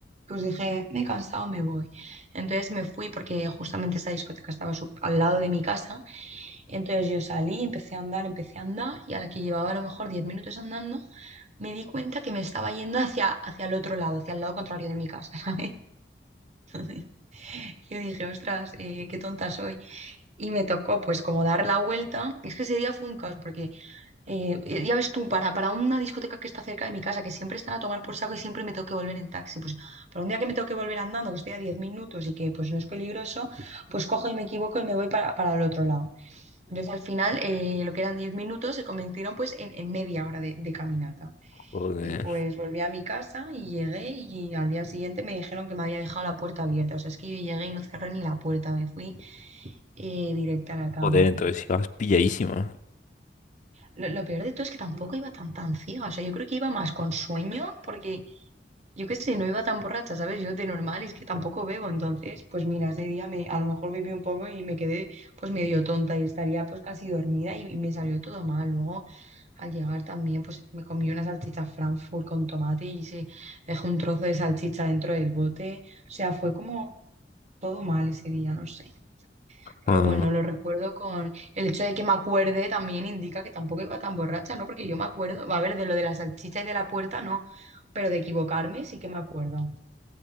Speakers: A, on the right; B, on the left.
A: pues dije, me he cansado, me voy. Entonces me fui porque justamente esa discoteca estaba su- al lado de mi casa. Entonces yo salí, empecé a andar, empecé a andar y a la que llevaba a lo mejor 10 minutos andando, me di cuenta que me estaba yendo hacia, hacia el otro lado, hacia el lado contrario de mi casa, <laughs> ¿sabes? Yo dije, ostras, eh, qué tonta soy. Y me tocó pues como dar la vuelta. Es que ese día fue un caos porque eh, eh, ya ves tú, para, para una discoteca que está cerca de mi casa, que siempre están a tomar por saco y siempre me tengo que volver en taxi, pues para un día que me tengo que volver andando, que estoy a 10 minutos y que pues no es peligroso, pues cojo y me equivoco y me voy para, para el otro lado. Entonces al final eh, lo que eran 10 minutos se convirtieron pues en, en media hora de, de caminata.
B: Joder,
A: Y pues volví a mi casa y llegué y al día siguiente me dijeron que me había dejado la puerta abierta. O sea, es que yo llegué y no cerré ni la puerta, me fui eh, directa a la cama.
B: joder, entonces ibas pilladísima.
A: Lo, lo peor de todo es que tampoco iba tan tan ciega. O sea, yo creo que iba más con sueño, porque yo qué sé, no iba tan borracha, ¿sabes? Yo de normal es que tampoco bebo. Entonces, pues mira, ese día me, a lo mejor bebí un poco y me quedé pues medio tonta y estaría pues casi dormida y, y me salió todo mal. Luego, al llegar también, pues me comí una salchicha Frankfurt con tomate y se dejó un trozo de salchicha dentro del bote. O sea, fue como todo mal ese día, no sé.
B: Ah,
A: Pero bueno, lo recuerdo con el hecho de que me acuerde también indica que tampoco iba tan borracha, ¿no? Porque yo me acuerdo, va a ver, de lo de las salchichas y de la puerta, no, pero de equivocarme sí que me acuerdo.